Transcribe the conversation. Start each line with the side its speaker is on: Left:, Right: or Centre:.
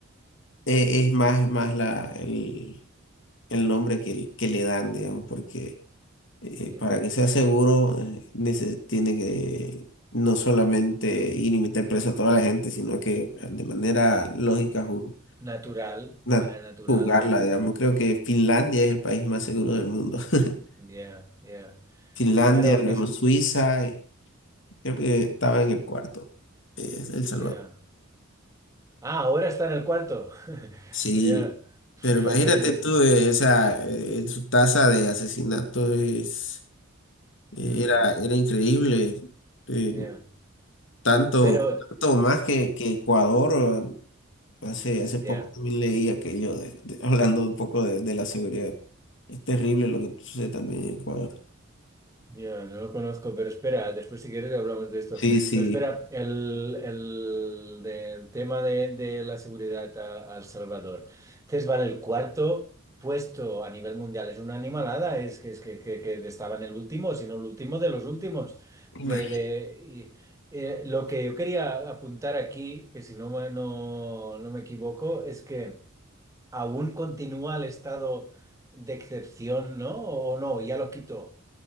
Left: eh, es más, más la, el el nombre que, que le dan, digamos, porque eh,
Right: yeah,
Left: para que sea seguro eh, neces- tiene que no solamente ir y meter preso a toda la gente, sino que eh, de manera lógica juz-
Right: natural,
Left: na-
Right: de manera natural,
Left: juzgarla,
Right: ¿no?
Left: digamos. Creo que Finlandia es el país más seguro del mundo. <laughs>
Right: Yeah, yeah.
Left: Finlandia,
Right: Claro,
Left: luego
Right: es...
Left: Suiza, eh, creo que estaba en el cuarto, eh, El Salvador.
Right: Yeah. Ah, ahora está en el cuarto. <laughs>
Left: Sí.
Right: Yeah. Fíjate,
Left: Pero imagínate
Right: desde...
Left: tú, eh, o sea, eh, su tasa de asesinatos es, eh,
Right: Ujú,
Left: era, era increíble. eh,
Right: yeah.
Left: Tanto,
Right: Pero,
Left: tanto más que, que Ecuador, eh, hace, hace poco
Right: ya,
Left: también leí aquello de, de- <laughs> hablando un poco de, de la seguridad. Es terrible lo que sucede también en Ecuador.
Right: ya, no lo conozco, pero espera, después si quieres hablamos de esto.
Left: Sí, sí.
Right: Pero espera, el, el, del tema de, de la seguridad a, a El Salvador. Entonces, vale, el cuarto puesto a nivel mundial es una animalada, es que, es que, que, que estaba en el último, sino el último de los últimos. De,
Left: Imagi-
Right: de, y, eh, lo que yo quería apuntar aquí, que si no, me- no, no me equivoco, es que... aún continúa el estado de excepción, ¿no? O no, ya lo quitó.